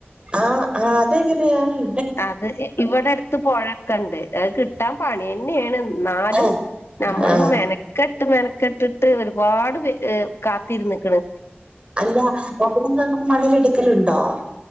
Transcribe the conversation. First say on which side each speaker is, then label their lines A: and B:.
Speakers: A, on the right; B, on the left.
A: ആഹ ആ അതെങ്ങനെയായി
B: അത് ഇവിടെ അടുത്ത് പുഴക്കെണ്ട് അത് കിട്ടാൻ പണി തന്നെയാണ് എന്നാലും
A: ആഹ്
B: നമ്മളും
A: ആഹ്
B: മെനക്ക ഇട്ട് മെനക്കെട്ടിട്ട് ഒരുപാട് കാത്തിരുന്ന്ക്ണ്
A: അല്ല അവിടന്ന്ങ്ങെ മണലെടുക്കലുണ്ടോ